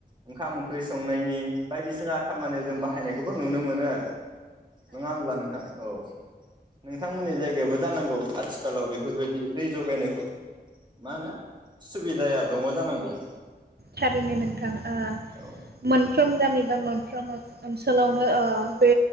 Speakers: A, on the right; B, on the right.
A: ओंखाम ओंख्रि स संनायनि बायदिसिना खामानियाव जों बाहायनायखौबो नुनो मोनो आरो। नङा होनब्ला नोंथां औ नोंथांमोननि जायगायावो जानांगौ आथिखालाव बेफोरबायदि दै जगायनायखौ मा होनो सुबिदाया दंङ जानांगौ?
B: थारैनो नोंथां ओ
A: औ
B: मोन फ्रोम गामि बा मोनफ्रोम ओनसोलावनो ओ बे